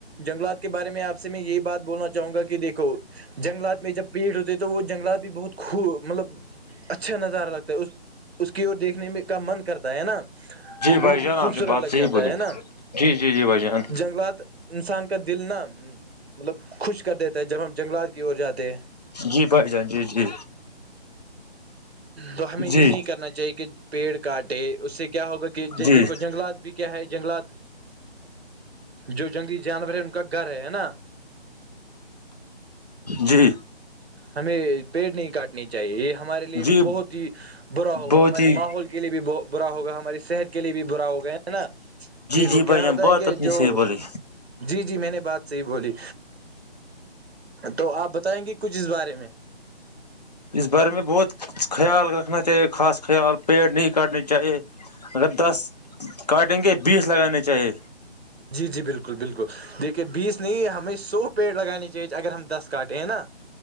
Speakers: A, on the right (about 70°); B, on the left (about 40°).
A: جنگلات کے بارے میں آپ سے میں یہی بات بولنا چاہوں گا کہ دیکھو جنگلات میں جب پیڑ ہوتے تو وہ جنگلات بھی بہت خو مطلب اچھا نظارہ لگتا ہے اس کی اور دیکھنے میں کا من کرتا ہے نا
B: جی
A: وہ
B: بھائی
A: بہت
B: جان
A: ہی
B: آپ
A: خوبصورت
B: نے بات
A: لگ
B: صحیح
A: جاتا
B: بولی
A: ہے نا
B: جی جی جی بھائی جان
A: جنگلات انسان کا دل نا مطلب خوش کر دیتا ہے جب ہم جنگلات کی اور جاتے ہیں
B: جی بھائی جان جی جی
A: تو ہمیں یہ
B: جی
A: نہیں کرنا چاہیے کہ پیڑ کاٹے اس سے کیا ہوگا کہ
B: جی
A: دیکھو جنگلات بھی کیا ہے جنگلات جو جنگلی جانور ہے ان کا گھر ہے ہے نا
B: جی
A: ہمیں پیڑ نہیں کاٹنے چاہیے چاہیے یہ ہمارے لیے
B: جی
A: بہت ہی برا ہوگا
B: بہت
A: ہمارے
B: ہی
A: ماحول کے لیے بھی بت برا ہوگا ہمارے شہر کے لیے بھی برا ہو گیا ہے نا
B: جی
A: دیکھو
B: جی بھائی
A: کیا
B: جان
A: ہوتا
B: بہت
A: ہے کہ
B: اپنی
A: جو
B: صحیح بولی
A: جی جی میں نے بات صحیح بولی تو آپ بتائیں گے کچھ اس بارے میں
B: اس بارے میں بہت خیال رکھنا چاہیے خاص خیال پیڑ نہیں کاٹنے چاہیے اگر دس کاٹیں گے بیس لگانے چاہیے
A: جی جی بالکل بالکل دیکھیے بیس نہیں ہمیں سو پیڑ لگانے چاہیے اگر ہم دس کاٹے ہیں نا